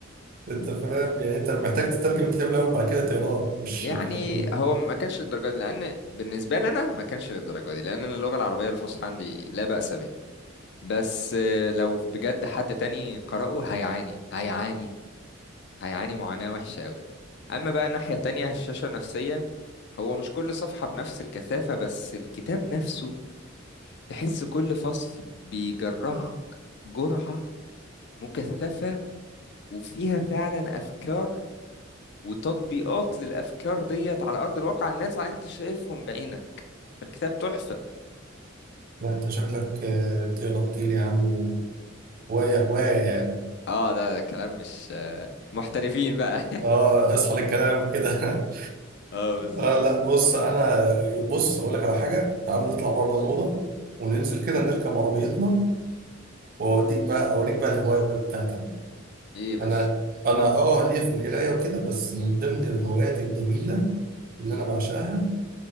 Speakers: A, on the right (about 45°); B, on the left (about 55°).
A: انت فاهم يعني انت محتاج تترجم الكتاب الاول وبعد كده تقراه مش
B: يعني
A: <laughs>
B: هو ما كانش للدرجه دي لان بالنسبه لي انا ما كانش للدرجه دي لان انا اللغه العربيه الفصحى عندي لا باس به بس آه، لو بجد حد تاني قرأه هيعاني هيعاني هيعاني معاناه وحشه قوي اما بقى الناحيه التانية الشاشه النفسيه هو مش كل صفحه بنفس الكثافه بس الكتاب نفسه تحس كل فصل بيجرعك جرعة مكثفة وفيها فعلا أفكار وتطبيقات للأفكار ديت على أرض الواقع الناس على أنت شايفهم بعينك فالكتاب تحفة
A: لا انت شكلك آه، بتقرا كتير يا عم وهوايه هوايه يعني
B: اه ده, ده كلام مش آه، محترفين بقى <laughs>
A: اه اصحى للكلام كده <laughs>
B: اه بالظبط
A: آه لا بص انا بص اقول لك على حاجه تعال نطلع بره الاوضه وننزل كده نركب عربيتنا واوديك بقى اوريك بقى الهوايه بتاعتي انا
B: ايه يا باشا
A: انا انا اه ليا في القرايه وكده بس من ضمن الهوايات الجميله اللي انا بعشقها